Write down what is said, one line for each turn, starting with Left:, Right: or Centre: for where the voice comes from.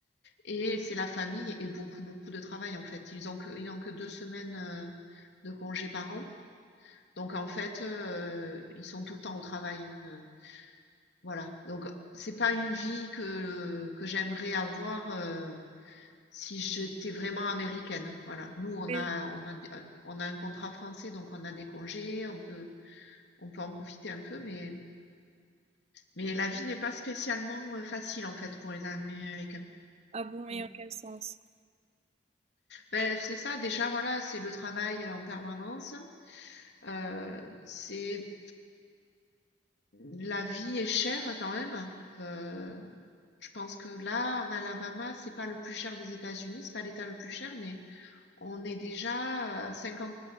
Left: et c'est la famille et beaucoup, beaucoup de travail en fait. Ils ont que, ils n'ont que deux semaines euh, de congés par an. Donc en fait, euh, ils sont tout le temps au travail. euh, voilà. Donc c'est pas une vie que, que j'aimerais avoir euh, si j'étais vraiment américaine. Voilà. Nous, on
Right: Oui.
Left: a, on a, euh, on a un contrat français, donc on a des congés, on peut, on peut en profiter un peu, mais, mais la vie n'est pas spécialement euh, facile en fait pour les Américains.
Right: Ah bon, et
Left: Mm.
Right: en quel sens?
Left: Ben, c'est ça, déjà, voilà, c'est le travail euh, en permanence. Heu, c'est la vie est chère quand même. Heu, je pense que là, en Alabama, c'est pas le plus cher des États-Unis, c'est pas l'État le plus cher, mais on est déjà, heu, à 50